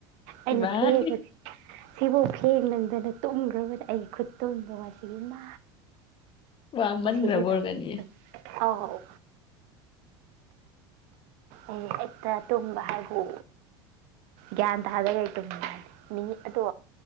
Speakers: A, on the right (about 65°); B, on the left (about 40°).
A: ꯑꯩꯅ
B: ꯏꯃꯥꯏ
A: ꯐꯦꯡꯕꯁꯦ ꯁꯤꯐꯧ ꯐꯦꯡ ꯅꯪꯗꯅ ꯇꯨꯝꯈ꯭ꯔꯕꯨꯗꯤ ꯑꯩꯒꯤ ꯈꯨꯠꯇꯨꯝꯗꯣ ꯉꯁꯤꯒꯤ ꯏꯃꯥꯏ
B: ꯋꯥꯃꯟꯈ꯭ꯔꯕ
A: ꯁꯤꯒꯦ
B: ꯑꯣꯏꯔꯝꯒꯅꯤꯌꯦ
A: ꯇꯧꯋꯦ ꯇꯨꯝ ꯑꯥꯎ ꯑꯩ ꯍꯦꯛꯇ ꯇꯨꯝꯕ ꯍꯥꯏꯕꯨ ꯒ꯭ꯌꯥꯟ ꯇꯥꯗꯒꯩ ꯇꯨꯝꯃꯤ ꯍꯥꯏ ꯃꯤꯅꯤꯠ ꯑꯗꯣ